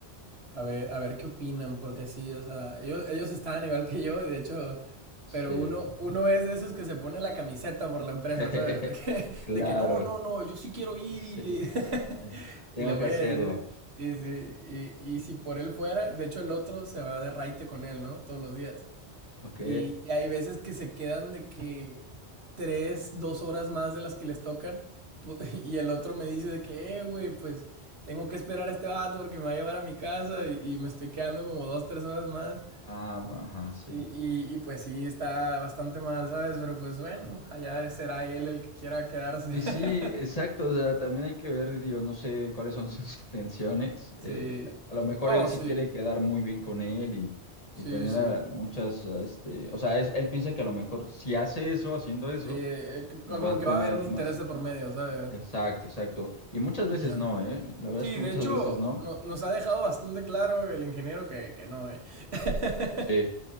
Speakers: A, on the right; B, on the left.
A: A ver, a ver qué opinan, porque sí, o sea, ellos, ellos estaban igual que yo, de hecho,
B: Sí.
A: pero uno, uno es de esos que se pone la camiseta por la empresa,
B: <laughs>
A: ¿sabes? <laughs> De que,
B: Claro.
A: de que, no, no, no, yo sí quiero ir
B: Sí,
A: y le, <laughs>
B: sí. Tengo
A: y le voy
B: que hacerlo.
A: a decir, sí, sí, y, y si por él fuera, de hecho el otro se va de raite con él, ¿no? Todos los días.
B: Ok.
A: Y, y hay veces que se quedan de que, tres, dos horas más de las que les tocan. <laughs> Y el otro me dice de que, eh, güey, pues tengo que esperar a este vato porque me va a llevar a mi casa y, y me estoy quedando como dos, tres horas más.
B: Ah, bu- ajá, sí.
A: Y, y- y, pues sí, está bastante mal, ¿sabes? Pero pues bueno, allá será él el que quiera quedarse.
B: Y sí,
A: <laughs>
B: exacto, o sea, también hay que ver, digo, no sé cuáles son sus <laughs> intenciones.
A: Sí.
B: eh, a lo mejor
A: No,
B: él
A: sí.
B: sí quiere quedar muy bien con él y,
A: Sí,
B: y tener
A: sí.
B: a muchas, a este, o sea, es- él piensa que a lo mejor si hace eso, haciendo eso,
A: Sí, eh, eh,
B: pues
A: como
B: va a
A: que
B: tener
A: va a haber un interés
B: más,
A: de por medio, ¿sabes?
B: exacto, exacto. Y muchas
A: Ya.
B: veces no, ¿eh? La verdad
A: Sí,
B: es que
A: de
B: muchas
A: hecho,
B: veces no.
A: no- nos ha dejado bastante claro el ingeniero que, que no, ¿eh? <laughs>
B: Sí.